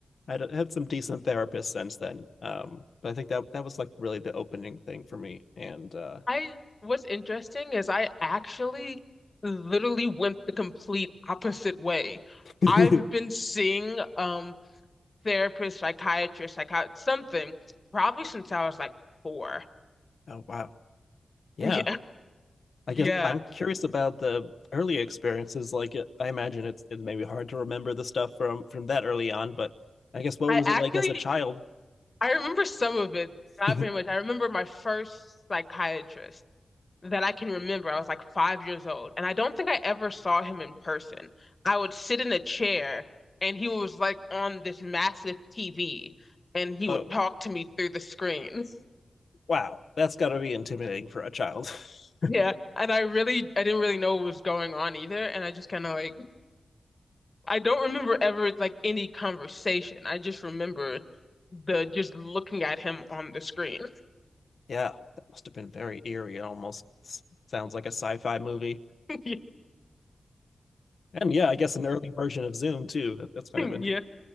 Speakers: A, on the left (about 70°); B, on the left (about 40°).
A: I had some decent therapists since then. Um, but I think that that was like really the opening thing for me. And uh,
B: I, what's interesting is I actually literally went the complete opposite way.
A: <laughs> oh
B: I've been seeing um therapist, psychiatrist, psychiatrist, something probably since I was like four.
A: wow, yeah,
B: <laughs> Yeah.
A: I
B: Yeah.
A: guess I'm curious about the early experiences. Like it, I imagine it's it may be hard to remember the stuff from from that early on, but I guess what
B: I
A: was
B: actually
A: it like as a child?
B: I remember some of it,
A: <laughs>
B: not very much. I remember my first psychiatrist. that I can remember. I was like five years old, and I don't think I ever saw him in person. I would sit in a chair, and he was like on this massive TV, and he would
A: Oh,
B: talk to me through the screen. <laughs>
A: wow, that's got to be intimidating for a child. <laughs>
B: Yeah, and I really, I didn't really know what was going on either, and I just kind of like, I don't remember ever like any conversation. I just remember the just looking at him on the screen.
A: Yeah, that must have been very eerie. It almost s- sounds like a sci-fi movie.
B: <laughs> Yeah,
A: And yeah, I guess an early version of Zoom too. That,
B: <laughs>
A: that's kind
B: yeah,
A: of interesting.